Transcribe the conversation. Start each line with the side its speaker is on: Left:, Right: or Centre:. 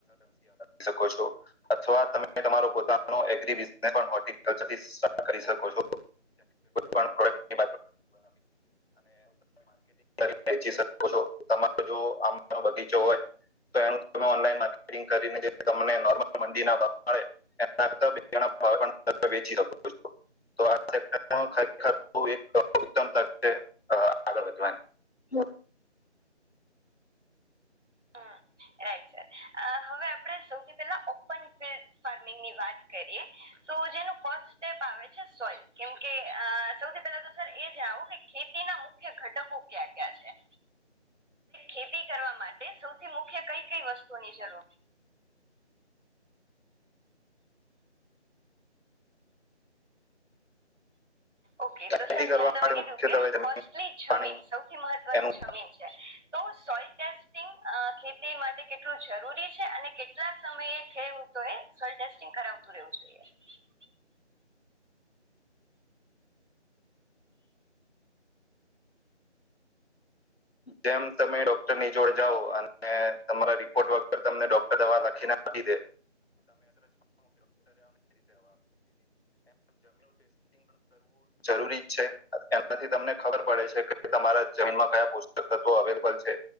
Left: શકો છો અથવા તમે તમારો પોનો <unintelligible> કલ્ચર થી સ્ટાર્ટ કરી શકો છો. ોનાર્ટંગ. <unintelligible> વેચી શકો છો તમારો જો આમ બગીચો હોય. તો એનું ઓનલાઇન માર્કેટિંગ કરીને તમને નોર્મલ મંદીના ભાવ મળે એના કર હા પણ ત વેચી શકો છો. તો આ સેક્ટર ખરેખર બ એક ઉત્તમ ત આગળ વધવાની, હમ્મ
Right: હમ રાઈટ સર હવે આપણે સૌથી પેલા ઓપન ફિલ્ડ ફાર્મિંગની વાત કરીએ, તો જેનું ફસ્ટ સ્ટેપ આવે છે, સોઈલ કેમકે સૌથી પહેલા તો સર એ જા આવું કે, ખેતી મુખ્ય ઘટકો ક્યાં ક્યા છે? ખેતી કરવા માટે સૌથી મુખ્ય કઈ કઈ વસ્તુની જરૂર? ઓકે તો
Left: ખેતી
Right: સર
Left: કરવા
Right: જેમ તમે
Left: માટે
Right: કીધું
Left: મુખ્યત્વે
Right: કે
Left: જમીન
Right: ફસ્ટલી જમીન
Left: પાણી
Right: સૌથી મહત્વનું
Left: એનું
Right: જમીન છે, તો સોઈલ ટેસ્ટિંગ ખેતી માટે કેટલા કેટલું જરૂરી છે અને કેટલા સમયે ખેડૂતો એ સોલ ટેસ્ટિંગ કરાવતું રહેવું જોઈએ? <unintelligible>
Left: જેમ તમે ડોક્ટરની જોડ જાઓ અને તમારા રિપોર્ટ વગર તમને ડોક્ટર દવા લખી નાખ એ <unintelligible> જરી છે, એનાથી તમને ખબર પડે છે કે તમારા જમીનમાં ક પ <unintelligible> અવેલેબલ છે